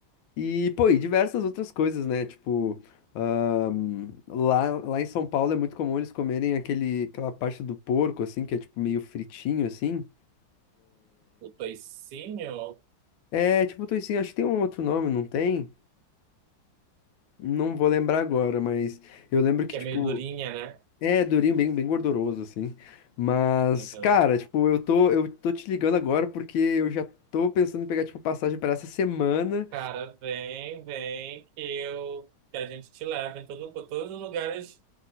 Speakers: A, on the left (about 80°); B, on the right (about 70°).
A: E, pô, e diversas outras coisas, né? Tipo, ahn, lá, lá em São Paulo é muito comum eles comerem aquele, aquela parte do porco, assim, que é tipo meio fritinho, assim.
B: O toicinho,
A: É, tipo, toicinho, acho que tem um outro nome, não tem? Não vou lembrar agora, mas eu lembro que,
B: que
A: tipo,
B: é meio durinha, né?
A: é durinho, bem, bem gorduroso, assim. Mas,
B: Uhum.
A: cara, tipo, eu tô, eu tô te ligando agora porque eu já tô pensando em pegar, tipo, passagem pra essa semana.
B: Cara, vem, vem, que eu, que a gente te leva em todo, por todos os lugares,